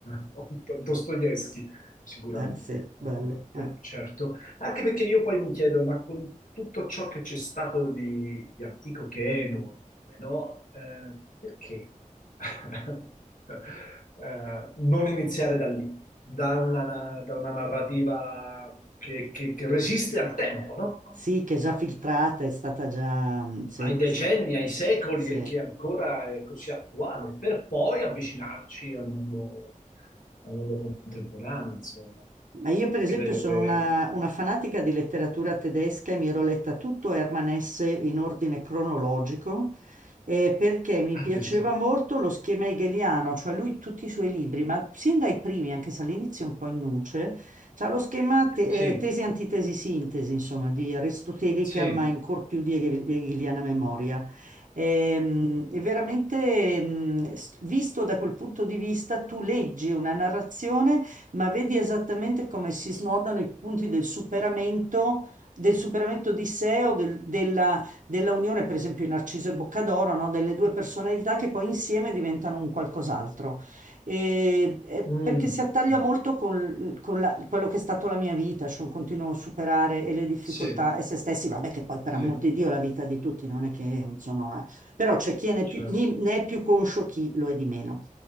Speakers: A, on the left; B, on the right.
A: <laughs> Dostoevsky, sicuramente,
B: Eh, sì,
A: ovviamente,
B: bello. Ah.
A: certo. Anche perché io poi mi chiedo, ma con tutto ciò che c'è stato di, di antico che è enorme, no? Eh, perché <laughs> eh, non iniziare da lì, da una, da una narrativa che, che- che resiste al tempo, no?
B: Sì, che è già filtrata, è stata già... mm, Sì,
A: ai decenni,
B: sì,
A: ai secoli
B: sì.
A: e che ancora è così attuale, per poi avvicinarci al mondo, al mondo contemporaneo, insomma.
B: Ma io per esempio
A: Credo
B: sono
A: che
B: una, una fanatica di letteratura tedesca e mi ero letta tutto Hermann Hesse in ordine cronologico eh, perché mi
A: addirittura.
B: piaceva molto lo schema hegeliano, cioè lui tutti i suoi libri, ma sin dai primi, anche se all'inizio è un po' in nuce, c'ha lo schema te-
A: Sì,
B: eh, tesi, antitesi, sintesi, insomma, di aristotelica,
A: sì,
B: ma ancora più di hege- hegeliana memoria. Ehm, E, veramente, ehm, s- visto da quel punto di vista, tu leggi una narrazione ma vedi esattamente come si snodano i punti del superamento, del superamento di sé o del- della, della unione, per esempio in Narciso e Boccadoro, no? Delle due personalità che poi insieme diventano un qualcos'altro. E- e
A: Mm,
B: perché si attaglia
A: mm,
B: molto con, con la- quello che è stato la mia vita, cioè un continuo superare e le difficoltà
A: sì,
B: e se stessi, vabbè che poi per
A: sì,
B: amor di Dio la vita di tutti non è che sono... eh, però c'è chi ne è
A: certo.
B: più, ne è più conscio, chi lo è di meno.